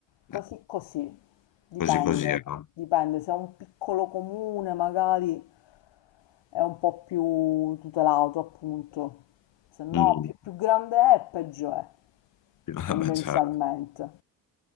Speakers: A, on the left; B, on the left.
A: così
B: eh,
A: così, dipende,
B: così così, no?
A: dipende, se è un piccolo comune magari è un po' più tutelato appunto, se no
B: Mm.
A: più, più grande è peggio è,
B: <laughs> Vabbè,
A: tendenzialmente,
B: certo.